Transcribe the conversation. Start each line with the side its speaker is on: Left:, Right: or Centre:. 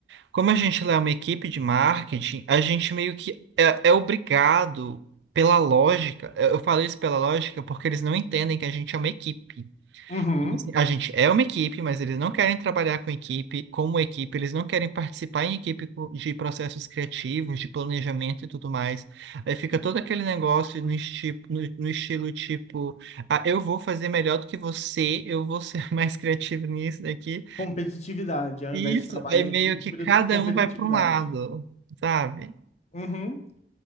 Right: como a gente lá é uma equipe de marketing, a gente meio que é, é obrigado pela lógica. Eu eu falei isso pela lógica porque eles não entendem que a gente é uma equipe.
Left: Uhum.
Right: Tipo Assim, A gente é uma equipe, mas eles não querem trabalhar com equipe, como equipe, eles não querem participar em equipe co- de processos criativos, de planejamento e tudo mais. Aí fica todo aquele negócio no, esti no, no estilo tipo, ah, eu vou fazer melhor do que você, eu vou ser <laughs> mais criativo nisso daqui.
Left: Competitividade, ao
Right: Isso,
Left: invés de trabalho
Right: aí
Left: em
Right: meio
Left: equipe,
Right: que
Left: vira
Right: cada
Left: tudo competitividade.
Right: um vai para um lado, sabe?
Left: Uhum.